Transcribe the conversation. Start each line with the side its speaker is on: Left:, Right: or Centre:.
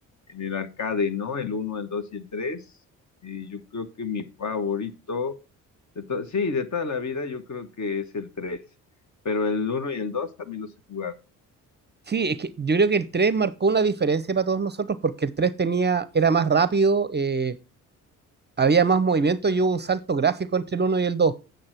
Left: en el arcade, ¿no? El uno el 2 y el tres Y yo creo que mi favorito de to- sí, de toda la vida yo creo que es el tres pero el uno y el 2 también los he jugado.
Right: Sí, es que yo creo que el 3 marcó una diferencia para todos nosotros porque el 3 tenía, era más rápido, eh, había más movimiento y hubo un salto gráfico entre el uno y el dos